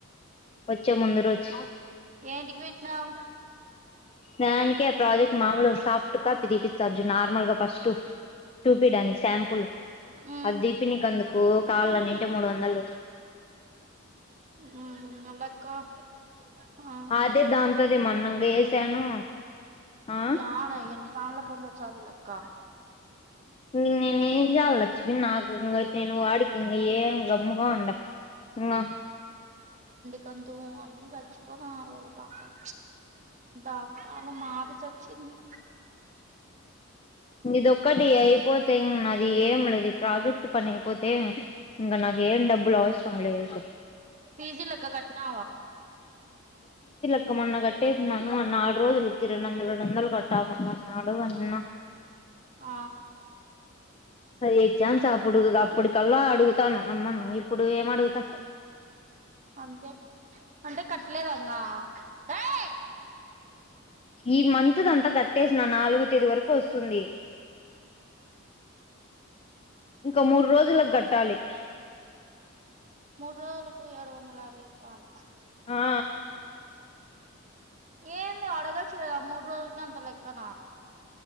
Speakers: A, on the left; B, on the right.
A: వచ్చే ముందు రోజు
B: ఏంటికి పెట్టినావు
A: దానికి ఆ ప్రాజెక్ట్ మామూలు సాఫ్ట్ కాపి దీపిస్థారు చూడు నార్మల్ గా ఫస్ట్ చూపిడానికి శాంపుల్
B: మ్మ్
A: అది దీపిని అందుకు కావాలనింటే మూడు వందలు
B: ఉమ్ అవ్లీక్కా <unintelligible>
A: అదే దాంతోదే మొన్నంగా ఏసాను
B: కట్ట
A: ఆ
B: యాడా ఎన్ని దానాలకి వచ్చా అదులేక్క
A: ఇంక నేను ఏం చాల నచ్చిపో నాకు ఇంకా నేను వాడికి ఇంక ఏ గమ్ముగా ఉండ ఇంకా
B: కతు అన్ని చచిపోతునారు వాలు పాపం దకుళ మాది చచ్చింది
A: ఇదిక్కటి అయిపోతే ఇం నాది ఏం లేదు ప్రాజెక్ట్ పని అయిపోతే ఇంక నాక ఏం డబ్బులు అవసరం లేదు
B: పీజీలగ గా కట్నా
A: ఇగా మొన్న కట్టేసిన్నాను మ నాలుడు రోజులకి రెండు వందల రెండు వందలు కట్టాన్నాడు అన్న
B: ఆ
A: అది ఎక్జాన్స్పుడు అప్పుడుకల్లా అడుగు థాను అమ్మను ఇప్పుడు ఏమ అడుగుతా
B: అంతేలే అంటే కట్టలేదంగా ఏయ్
A: ఈ మంత్ది అంతా కట్టేసిన నాలుగు తేదీ వరకు వస్తుంది ఇంకా మూడు రోజులకు కట్టాలి
B: మూడు రోజులు ఏడు వందలభ ఇపాల
A: ఆ
B: ఏంది అడగ చా మూడు రోజులకి అంత లెక్కనా